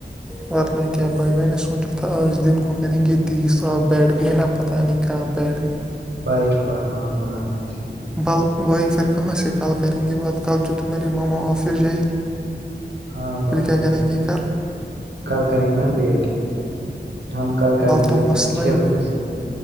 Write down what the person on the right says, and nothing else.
بھائی تھوڑا کام پڑا تھا اسی لیے
ہاں بھائی
کل کریں گے نا لیٹ ہم کل کریں گے
چھ
بجے سے